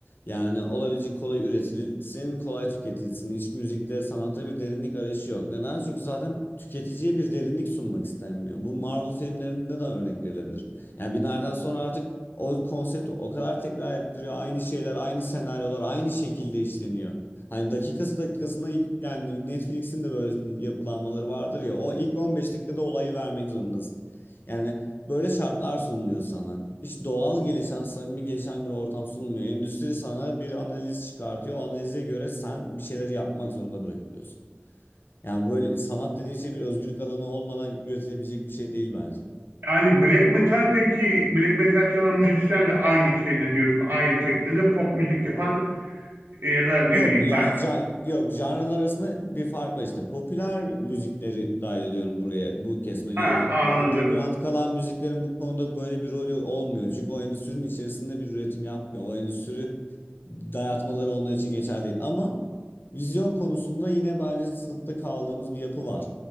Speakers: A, on the left (about 55°); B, on the right (about 65°).
A: Yani olabilecek kolay üretilsin, kolay tüketilsin. Hiç müzikte, sanatta bir derinlik arayışı yok. Neden? Çünkü zaten tüketiciye bir derinlik sunmak istenmiyor. Bu Marvel filmlerinde de örnek verilebilir. Yani bir nereden sonra artık o konsept o kadar tekrar ettiriyor. Aynı şeyler, aynı senaryolar, aynı şekilde işleniyor. Hani dakikası dakikasına ilk, yani Netflix'in de böyle yapılanmaları vardır ya o ilk 15 dakikada olayı vermek zorundasın. Yani böyle şartlar sunuluyor sana. Hiç doğal gelişen, samimi gelişen bir ortam sunulmuyor. Endüstri sana bir analiz çıkartıyor. O analize göre sen bir şeyler yapmak zorunda bırakılıyorsun. Yani böyle sanat dediğin şey bir özgürlük alanı olmadan üretilebilecek bir şey değil bence.
B: Yani black metal'deki black metal çalan müzisyen de aynı şeyde diyorsun. Aynı teknede pop müzik yapan e, ya da ne
A: Yok
B: bileyim
A: yani
B: ben.
A: ja- yok janralar arasında bir fark var işte. Popüler müzikleri dahil ediyorum buraya bu kesme.
B: Ha
A: Yani
B: anladım.
A: underground kalan müziklerin bu konuda böyle bir rolü olmuyor. Çünkü o endüstrinin içerisinde bir üretim yapmıyor. O endüstri dayatmaları onlar için geçerli değil. Ama Vizyon konusunda yine bence sınıfta kaldığımız bir yapı var.